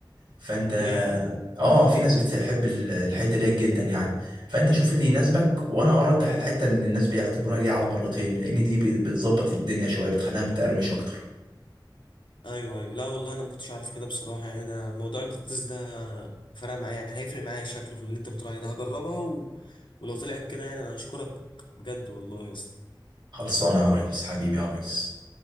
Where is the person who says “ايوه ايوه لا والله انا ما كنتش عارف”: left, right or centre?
Left